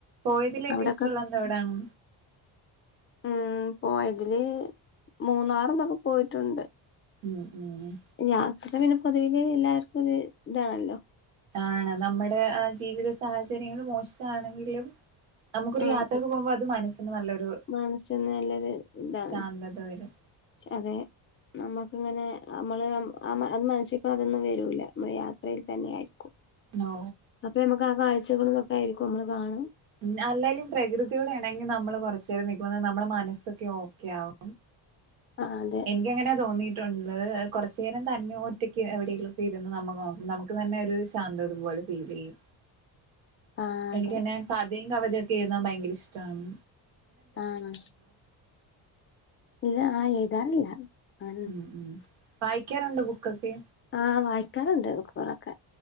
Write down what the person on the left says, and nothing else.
അവിടൊക്കെ
ഉം പോയതില് മൂന്നാറും തൊക്കെ പോയിട്ടൊണ്ട്
യാത്ര പിന്നെ പൊതുവിലെ എല്ലാര്ക്കും ഒരു ഇതാണല്ലോ
ആഹ്
മനസ്സിന് നല്ലൊരു ഇതാണ്
അതെ നമ്മുക്കിങ്ങനെ നമ്മള് അത് നമ്മള് അത് മനസ്സിക്കതൊന്നും വരൂല്ല നമ്മള് യാത്രയിൽ തന്നെ ആയിരിക്കും
അപ്പൊ നമ്മക്ക് ആ കാഴ്ചകളുതൊക്കെ ആയിരിക്കും നമ്മള് കാണ
ആഹ് അതെ
ആഹ്
അതെ
ആഹ് ഇല്ല ആഹ് എഴുതാറില്ല ആഹ്
ആഹ് വായിക്കാറുണ്ട് ബുക്കൊളൊക്കെ